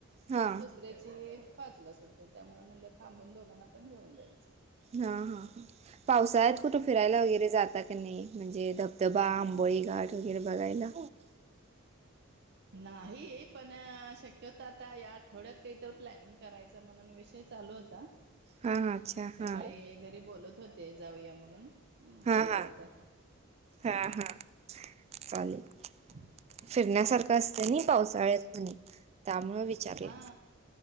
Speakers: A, on the right; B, on the right.
A: हा
B: आणि दुसऱ्याची.. पाचला सुटते त्यामुळे म्हणलं थांबून दोघांना पण घेऊन जायचं.
A: हा हा ह पावसाळ्यात कुठं फिरायला वगैरे जाता की नाही? म्हणजे धबधबा आंबोळी घाठ वगैरे बघायला.
B: नाही पण शक्यत आता या आठवड्यात काहीत प्लॅनिंग करायचं म्हणून विशेष.. चालू होता
A: हा हा अच्छा
B: सकाळी
A: हा
B: घरी बोलत होते जाऊया म्हणून..
A: हा
B: बघू
A: हा
B: आता
A: हा हा चालेल.
B: ह.
A: फिरण्यासारखं. कसनी पावसाळत म्हणे त्यामुळे विचारले.
B: हा.